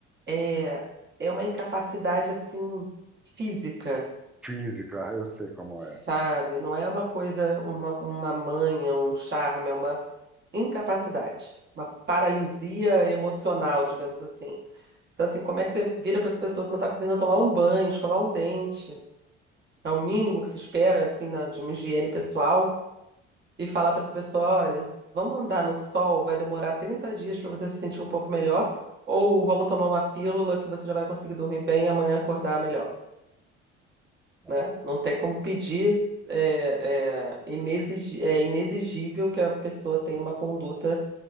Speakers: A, on the right (about 30°); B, in the centre.
A: é, é uma incapacidade assim física,
B: física, eu sei como
A: sabe?
B: é.
A: Não é uma coisa, uma, uma manha, um charme, é uma incapacidade, uma paralisia emocional, digamos assim. Então, assim, como é que você vira para essa pessoa que não está conseguindo tomar um banho, escovar um dente? É o mínimo que se espera, assim, na- de uma higiene pessoal, e falar para essa pessoa: olha, vamos andar no sol, vai demorar 30 dias para você se sentir um pouco melhor, ou vamos tomar uma pílula que você já vai conseguir dormir bem e amanhã acordar melhor.
B: É.
A: né? Não tem como pedir, é, é, inexig- é inexigível que a pessoa tenha uma conduta